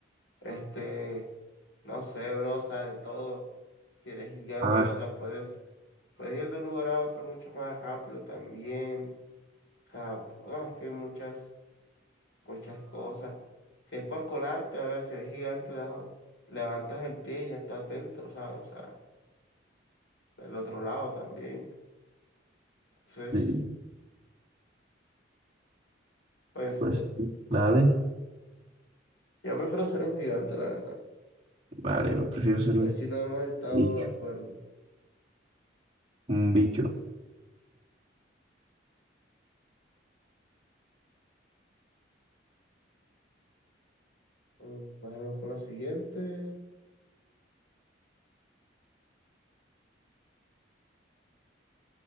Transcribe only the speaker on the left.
este, no sé, bro, o sea, de todo. Si eres gigante,
o sea, puedes, puedes ir de un lugar a otro mucho más rápido también. O sea, bueno, es que hay muchas, muchas cosas. Si es por colarte, a ver, si eres gigante, das un- levantas el pie y ya estás dentro, ¿sabes? O sea, del otro lado también. Entonces,
pues.
Yo prefiero ser un gigante, la verdad.
Hoy
sí no hemos estado
de acuerdo.
Mm, Vamos con la siguiente.